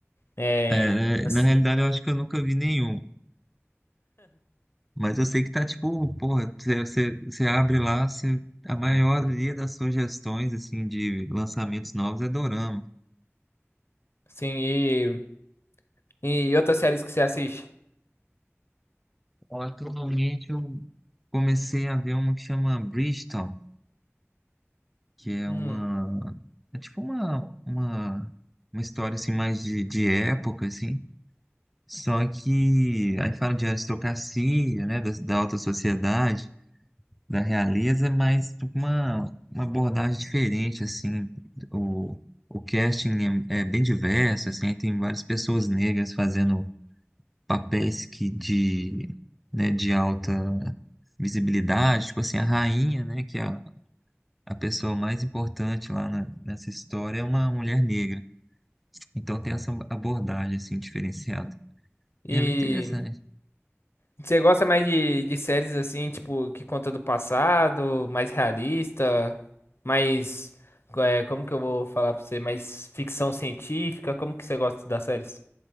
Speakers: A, on the left; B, in the centre.
A: É.
B: É,
A: mas,
B: na realidade, eu acho que eu nunca vi nenhum. Mas eu sei que tá tipo, porra, você, você, você abre lá, você- a maioria das sugestões assim de lançamentos novos é dorama.
A: Sim, e. E outras séries que você assiste?
B: Ó, Atualmente eu comecei a ver uma que chama Bridgerton, que é
A: Hum.
B: uma é tipo uma uma, uma história assim mais de, de época assim. Só que aí fala de aristocracia, né, da, da alta sociedade. da realeza, mas uma, uma abordagem diferente, assim, o, o casting é, é bem diverso, assim, tem várias pessoas negras fazendo papéis que de, né, de alta visibilidade, tipo assim, a rainha, né, que é a, a pessoa mais importante lá na- nessa história é uma mulher negra, então tem essa abordagem, assim, diferenciada, e
A: E.
B: é bem interessante.
A: Você gosta mais de, de séries assim, tipo, que conta do passado, mais realista, mais. é, como que eu vou falar pra você? Mais ficção científica? Como que você gosta das séries?